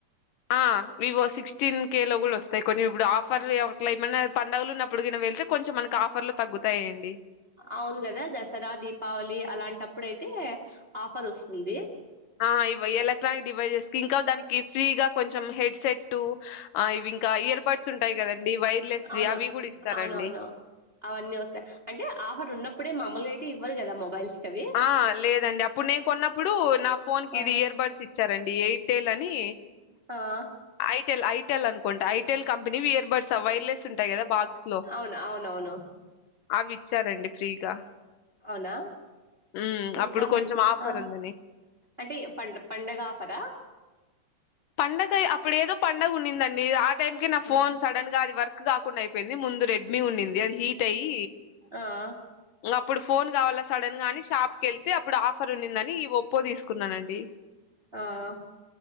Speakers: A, on the left; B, on the right.
A: ఆ వివో సిక్స్టీన్ కే లో కూడా వస్తాయి కొంచెం ఇప్పుడు ఆఫ్ ఫర్ ఒకట్లా ఏమన్నా పండుగలు ఉన్నప్పుడుగినా వెళ్తే కొంచెం మనకి ఆఫర్లు తగ్గుతాయండి
B: అవును కదా దసరా దీపావళి అలాంటప్పుడు అయితే ఆఫర్ ఆస్తుంది
A: ఆ ఇవ ఎలక్ట్రానిక్ డివైజెస్ కి ఇంకా దానికి ఫ్రీగా కొంచెం హెడ్సెట్ ఆ ఇవి ఇంకా ఇయర్బడ్స్ ఉంటాయి కదండి వైర్లెస్
B: అవును
A: అవి కూడా ఇస్తారండి
B: అవునవును అవన్నీ వస్తాయి అంటే ఆఫర్ ఉన్నప్పుడే మామూలుగా అయితే ఇవ్విరు కదా మొబైల్స్ కవి
A: ఆ! లేదండి. అప్పుడు నేను కొన్నప్పుడు నా ఫోన్‌కి
B: ఆ
A: ఇది ఇయర్ బడ్స్ ఇచ్చారండి. ఎయిర్‌టెల్ అని
B: ఆ
A: ఐటెల్ ఐటెల్ అనుకుంటా itel company we're birds wireless ఉంటాయి కదా బాక్స్ లో
B: అవును అవునవును
A: అవి ఇచ్చారండి ఫ్రీగా
B: అవునా
A: హ్మ్.
B: చూద్దామండి
A: అప్పుడు కొంచెం ఆఫర్
B: ఆ
A: ఉందని.
B: అంటే ప పండగ ఆఫరా
A: పండగ అప్పుడ ఏదో పండగ ఉందండి ఆ టైం కి నా
B: ఆ
A: ఫోన్ సడన్ గా అది వర్క్ కాక కుండా అయిపోయింది ముందు రెడ్మ ఉండింది అది హీట్ అయి
B: ఆ ఆ
A: అప్పుడు ఫోన్ కావాలా సడన్ గా అని షాప్ క ఏళ్తే అప్పుడు ఆఫర్ ఉండిందని ఈ ఒప్పో తీసుకున్నానండి
B: ఆ ఆ